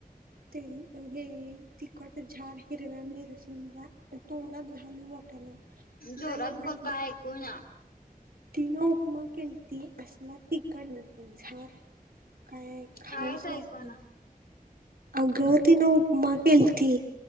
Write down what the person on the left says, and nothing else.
जोरात बोल का ऐकू इना
कायच
ऐकू इना